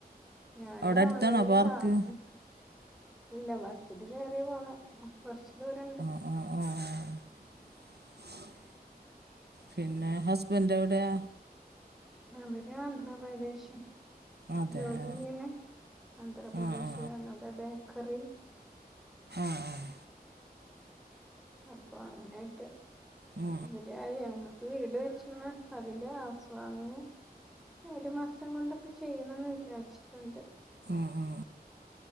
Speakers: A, in the centre; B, on the right (about 85°).
A: ഞാന്
B: അവിടെ അടുത്താണോ
A: ഓൺലൈനില്
B: പാർക്ക്
A: ക്ലാസ്സ്ട്ക്ക്ണ്ട് ഇല്ല ബസില് കെറി പോണം കുറച്ച് ദൂരണ്ട്.
B: ആഹ് ആഹ് ആഹ്
A: <inaudible>
B: പിന്നെ ഹസ്ബൻഡ് എവിടെയ?
A: അവര് ആന്ധ്രാപ്രദേശ
B: അതെ
A: ജോലിയ്യ്ണ്
B: ആ
A: ആന്ധ്രാപ്രദേശിലാണ്
B: ആ ആ
A: അവ്ടെ ബേക്കറില
B: ആഹ് ആഹ്
A: അപ്പൊ അങ്ങനായിട്ട്
B: ആ
A: അവടയാലും ഞങ്ങക്ക് വീട് വെച്ച്ണ് അതിന്റെ ആവ്സ്വാമിങ് ഒരു മാസം കൊണ്ടൊക്കെ ചെയ്യണമ്ന്ന് വിചാരിച്ച്ക്ക്ണ്ട്
B: ഉം ഉം